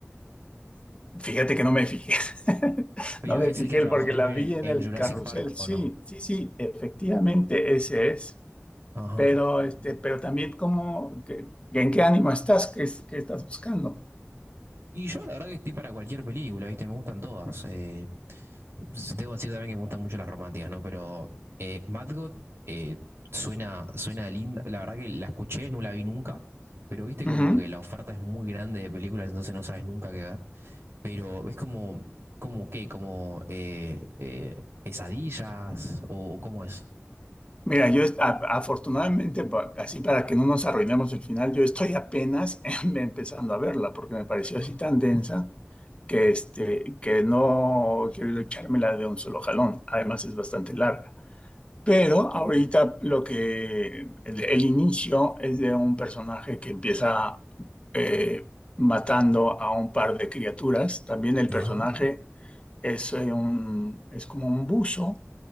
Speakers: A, on the left; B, on the right.
A: Fíjate que no me fijé. <laughs>
B: Pero
A: No me
B: es
A: fijé
B: el que trabajó
A: porque
B: también
A: la vi en
B: en,
A: el
B: en Jurassic
A: carrusel.
B: Park, ¿o
A: Sí,
B: no?
A: sí, sí, efectivamente, ese es.
B: Ajá.
A: Pero, este, pero también como, que- ¿en qué ánimo estás? ¿Qué, es- qué estás buscando?
B: Y yo la verdad que estoy para cualquier película, ¿viste? Me gustan todas. Eh, debo decir también que me gustan mucho las románticas, ¿no? Pero eh, Mad God eh, suena, suena linda. La verdad que la escuché, no la vi nunca, pero viste como
A: Ujú.
B: que la oferta es muy grande de películas, entonces no sabes nunca qué ver. Pero es como, como qué, como eh, eh, pesadillas o cómo es.
A: Mira, yo est- a- afortunadamente, pa- así para que no nos arruinemos el final, yo estoy apenas <laughs> em- empezando a verla porque me pareció
B: Ajá,
A: así tan densa que, este, que no quiero echármela de un solo jalón. Además es bastante larga. Pero ahorita lo que el, el inicio es de un personaje que empieza eh, matando a un par de criaturas. También el
B: ajá,
A: personaje es, eh, un, es como un buzo